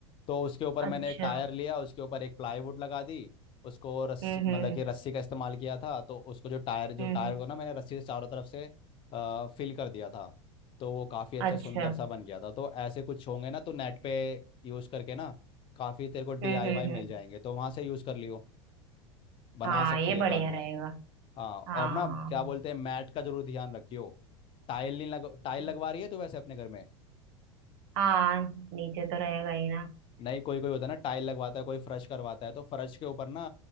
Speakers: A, on the left (about 35°); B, on the right (about 55°).
A: तो उसके ऊपर मैंने
B: अच्छा
A: एक टायर लिया उसके ऊपर एक प्लाईवुड लगा दी उसको रस्सी
B: हम्म
A: मतलब
B: हम्म हम्म।
A: कि रस्सी का इस्तेमाल किया था तो उसको जो टायर
B: हम्म
A: जो टायर
B: हम्म
A: को ना मैंने रस्सी से चारों तरफ से आ, फिल कर दिया था तो वो काफ़ी अच्छा
B: अच्छा
A: सुंदर सा बन गया था तो ऐसे कुछ होंगे ना तो नेट पे यूज़ करके ना काफ़ी तेरे को डीआईवाई
B: हम्म हम्म
A: मिल
B: हम्म,
A: जाएंगे तो वहाँ से यूज़ कर लियो बना
B: हाँ
A: सकती
B: ये
A: है
B: बढ़िया
A: काफ़ी
B: रहेगा
A: हाँ
B: हाँ
A: और ना
B: हाँ
A: क्या बोलते हैं मैट का जरूर ध्यान रखियो टाइल नहीं लग टाइल
B: हम्म,
A: लगवा रही है तो वैसे अपने घर में
B: हाँ नीचे तो रहेगा ही ना
A: नहीं कोई कोई होता है ना टाइल लगवाता है कोई फर्श करवाता है तो फर्श के ऊपर ना